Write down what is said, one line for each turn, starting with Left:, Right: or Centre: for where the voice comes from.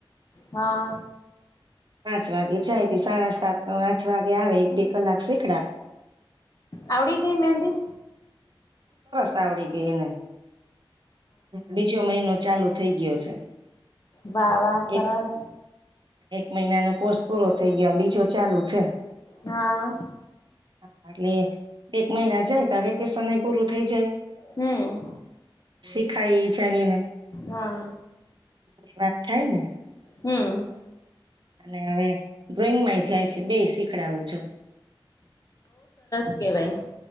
Left: હા.
Right: પાંચ વાગે જાયથી સાડા સાત આઠ વાગે આવે એક બે કલાક સી
Left: આવડી ગઈ મેંદી?
Right: સાાવડી ગેઇને. બીજો મહિનો ચાલુ થઈ ગયો. છે
Left: બાવા સરસ.
Right: એક એક મહિનાનો કોર્સ પૂરો થઈ ગયો બીજો ચાલુ છે.
Left: હા.
Right: હા એટલે એક મહિના જાય તો વેકેશન એ પૂરું થઇ જાય.
Left: હમ
Right: શીખાય જાયને
Left: હા
Right: એ વાત થાય ને.
Left: હમ.
Right: ને હવે ડ્રોઈંગ માંય જાય છે બે શીખડાવું છું
Left: કહેવાય